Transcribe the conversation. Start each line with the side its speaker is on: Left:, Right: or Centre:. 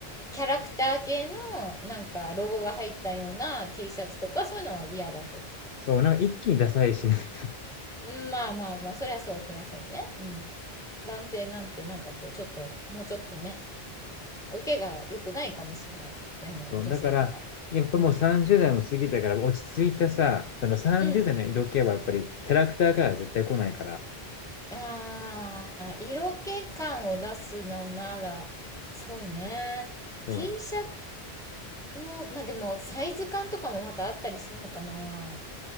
Centre: キャラクター系の、なんか、ロゴが入ったような T シャツとか、そういうのは嫌だと。
Left: そう、なんか一気にダサいし、ないか。
Centre: うん、まあまあまあ、そりゃそう、そりゃそうね。うん。男性なんて、なんかこう、ちょっと、もうちょっとね、受けが良くないかもしれない。あの、
Left: そう、
Centre: 女性から。
Left: だから、やっぱもう30代も過ぎたから、
Centre: うん。
Left: 落ち着いたさ、その30代の色気はやっぱりキャラクターからは絶対来ないから。
Centre: うん。ああ、色気感を出すのなら、そうね。
Left: そう。
Centre: T シャツも、まあでも、サイズ感とかもまたあったりするのかな。